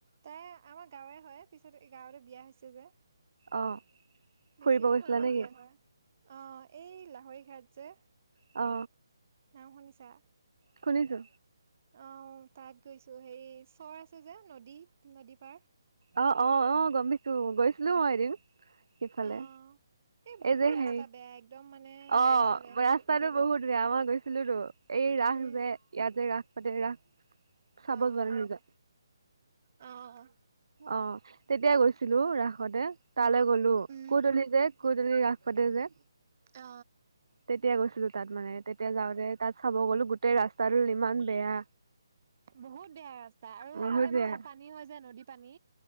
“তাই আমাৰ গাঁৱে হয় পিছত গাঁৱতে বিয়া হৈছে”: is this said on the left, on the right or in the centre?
Right